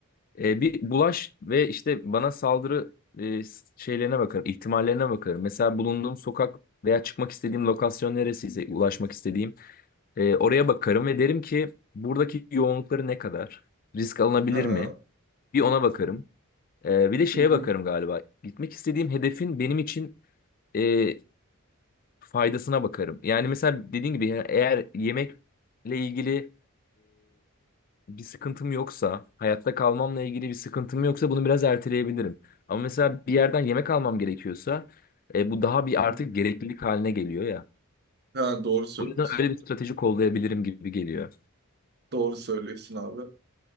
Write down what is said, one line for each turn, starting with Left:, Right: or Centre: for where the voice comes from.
Left: E, bir bulaş ve işte bana saldırı e, s- şeylerine bakarım, ihtimallerine bakarım. Mesela bulunduğum sokak veya çıkmak istediğim lokasyon neresiyse ulaşmak istediğim e, oraya
Right: Ha.
Left: bakarım ve derim ki buradaki yoğunlukları ne kadar? Risk alınabilir
Right: Hı
Left: mi? Bir ona bakarım. E, bir de şeye
Right: hı.
Left: bakarım galiba. Gitmek istediğim hedefin benim için e, faydasına bakarım. Yani mesela dediğin gibi eğer yemekle ilgili bir sıkıntım yoksa, hayatta kalmamla ilgili bir sıkıntım yoksa bunu biraz erteleyebilirim. Ama mesela bir yerden yemek almam gerekiyorsa e, bu daha bir
Right: Aha.
Left: artık gereklilik haline geliyor ya.
Right: Ha, doğru söylüyorsun.
Left: O yüzden öyle bir strateji kollayabilirim gibi geliyor.
Right: Doğru söylüyorsun abi.